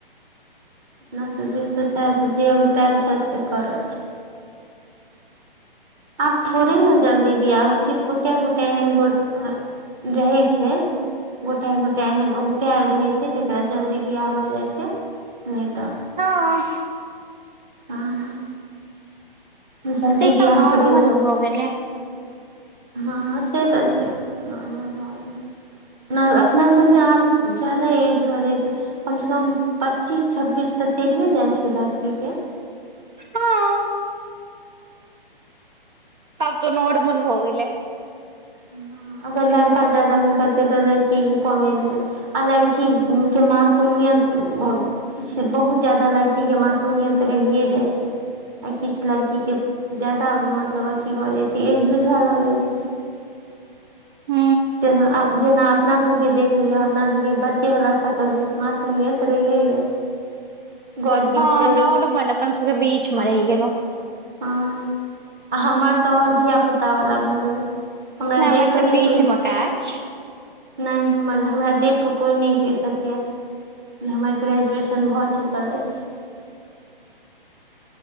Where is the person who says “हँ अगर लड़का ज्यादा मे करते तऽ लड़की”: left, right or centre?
Right